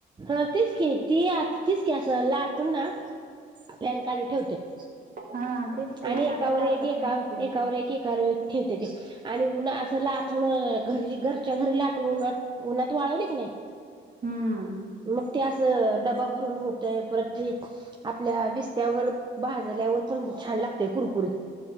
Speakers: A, on the right; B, on the right.
A: ह तीच की ती तीच की असं लाटून ना. फँंन खाली ठेवते.
B: हा तेच. ते
A: आणि
B: उन्हाला
A: एकावर
B: टाकत
A: एक एका
B: नाहीत ते
A: एकावर एक एका ठेवते. ते आणि उन्हा अस लाटणं घरी घरच्या घरी लाटून उन्हात उन्हात वाळवली की नाही?
B: हम्म
A: मग ते असं डबा भरून होतय परत आपल्या विस्त्यावर भाजल्यावर पण छान लागते कुरकुरीत.